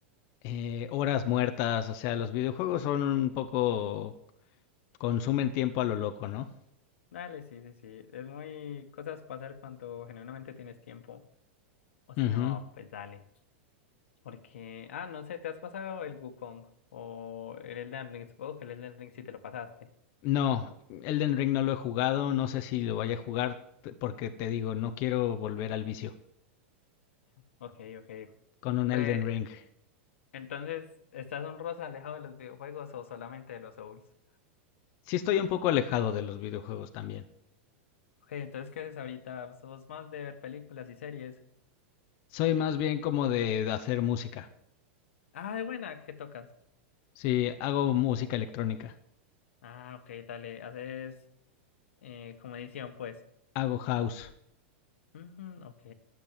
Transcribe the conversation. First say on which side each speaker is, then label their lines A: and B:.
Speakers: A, on the left; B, on the left.
A: eh, horas muertas, o sea, los videojuegos son un poco, consumen tiempo a lo loco, ¿no?
B: Dale, sí, sí, sí, es muy cosas pasar cuando genuinamente tienes tiempo. O si
A: Ujú.
B: no, pues dale. Porque, ah, no sé, ¿te has pasado el Wukong o el Elden Ring? Supongo que el Elden Ring sí te lo pasaste.
A: No, Elden Ring no lo he jugado, no sé si lo vaya a jugar t- porque te digo, no quiero volver al vicio
B: Ok, ok.
A: con
B: Hombre,
A: un Elden Ring.
B: entonces, ¿estás un rosa alejado de los videojuegos o solamente de los Souls?
A: Sí estoy un poco alejado de los videojuegos también.
B: Ok, entonces, ¿qué haces ahorita? ¿Sos más de ver películas y series?
A: Soy más bien como de de hacer música.
B: Ah, de buena, ¿qué tocas?
A: Sí, hago música electrónica,
B: Ah, ok, dale, haces eh, como edición, pues.
A: hago house,
B: Ujú, ok,